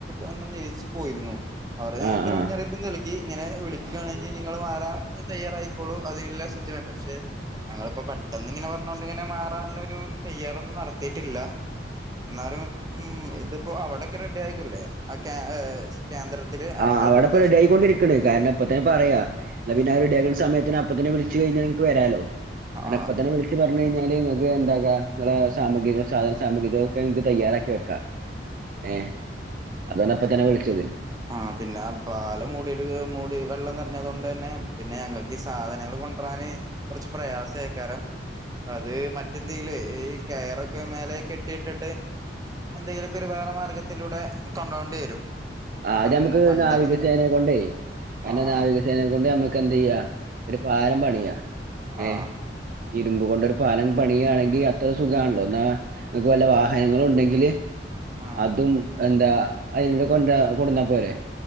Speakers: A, on the right (about 20°); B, on the right (about 45°).
A: ഒന്ന് നിരിശിച്ചു പോയിരുന്നു അവടെ ഞങ്ങൾക്കൊരു
B: ആഹ് ആഹ്
A: മുന്നറിയിപ്പും നൽകി ഇങ്ങനെ വിളിക്കുകയാണെങ്കിൽ നിങ്ങള് മാ <unintelligible> തയ്യറായിക്കോളൂ അതിനെല്ല സജ്ജ പക്ഷെ ഞങ്ങളിപ്പോ പെട്ടെന്ന് ഇങ്ങനെ പറഞ്ഞൊണ്ട്ങ്ങനെ മാറാനുള്ള ഒരു തയ്യാറൊന്നും നടത്തിട്ടില്ല എന്നാലും ഉ ഇതിപ്പോ അവിടൊക്കെ റെഡി ആയിക്കല്ലേ ആ <unintelligible>
B: ആ
A: അവിടെ
B: അവിടെപ്പൊ
A: ദുരിതാശ്വാസ
B: റെഡിയിക്കൊണ്ടിരിക്കണ് കാരണം അപ്പ തന്ന പറയാ പിന്നെ അവര്ടയാക്കുന്ന സമയത്തിന അപ്പ തന്നെ വിളിച്ചു കഴിഞ്ഞ വരാലോ അ
A: ആഹ്
B: ഇപ്പ തന്നെ വിളിച്ച്പറഞ്ഞു കഴിഞ്ഞാൽനിങ്ങക്ക് എന്താകുള്ള സാമഗ്രികും സാധന സാമഗ്രികള ഒക്കെ നിക്ക് തയ്യാറാക്കാ റെഡിക്കിവെക്ക ഏ അതാണ് അപ്പ തന്നെ വിളിച്ചത്
A: ആ പിന്നെ അപ്പാല മൂടി മൂടി വെള്ളം നിറഞ്ഞത് കൊണ്ട് തന്നെ പിന്നെ ഞങ്ങൾക്ക് ഈ സാധനങ്ങൾ കൊ <unintelligible> കുറച്ച് പ്രയാസ ആക്കാരം അത് മറ്റെന്തേല ഈ കയറൊക്കെ മേല കെട്ടിയിട്ടിട്ട് എന്തെങ്കിലുമൊക്കെ ഒരു വേറെ മാർഗത്തിലൂടെ കൊണ്ടോണ്ടി വരും കാരണം
B: ആ ഞമുക്ക്
A: വണ്ടികളൊന്നും
B: നാവികസേനയെ കൊണ്ടേ
A: ആഹ്
B: നാവികസേനയെ കൊണ്ട് നമ്മക്ക് എന്ത് ചെയ്യാ ഒരു പാരം
A: ആഹ്
B: പണിയാ
A: ആഹ്
B: ഏ ഇരുമ്പ് കൊണ്ട ഒരു പാലം പണിയയാണെങ്കിൽ അത്ര സുഖാണല്ലോ എന്നാൽക്ക് വല്ല വാഹനങ്ങള് ഉണ്ടെങ്കില്
A: ആഹ്
B: അതും എന്താ അതി കൊണ്ട കൊടന്നാ പോരെ